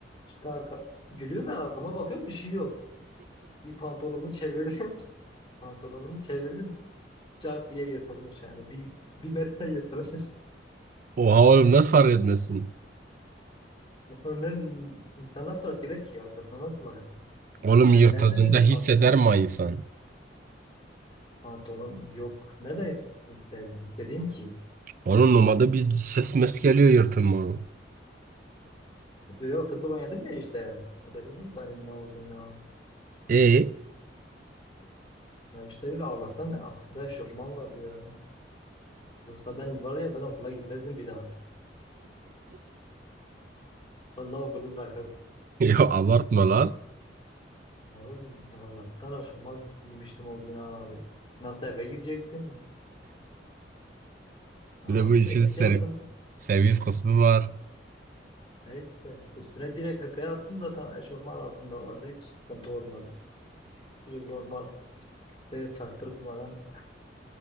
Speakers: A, on the left; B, on the right.
A: işte arka... Gülüyorlar arkama bakıyorum bir şey yok. Bir pantolonumu çevirdim. <laughs> Pantolonumu çevirdim. Cart diye yırtılmış yani. Bir, bir metre yırtılmış.
B: Oha oğlum nasıl fark etmezsin?
A: Önlerin insan nasıl fark eder ki? Arkasına nasıl bakarsın?
B: Oğlum
A: Ben
B: yırtıldığında
A: nereden bileyim
B: hisseder
A: pan-
B: mi insan?
A: pantolon yok. Nereden his- hisse- hissedeyim ki?
B: Onun numarada bir ses mes geliyor yırtılma.
A: Yok futbol oynadım ya işte. Haberim yok da hani ne olduğunu.
B: E? <laughs>
A: Ya işte bile Allah'tan altında eşofman vardı ya. Yoksa ben var ya ben okula gitmezdim bir daha. Vallahi okulu bırakırdım.
B: Ya abartma lan.
A: Oğlum Allah'tan aşılmaz giymiştim o gün ha. Nasıl eve gidecektim? Ama
B: Bir de bu işin
A: direkt
B: servis,
A: şey yaptım.
B: servis kısmı var.
A: E işte üstüne direkt hırkayı attım zaten eşofman altında vardı. Hiç sıkıntı olmadı. Direkt normal size çaktırmadan.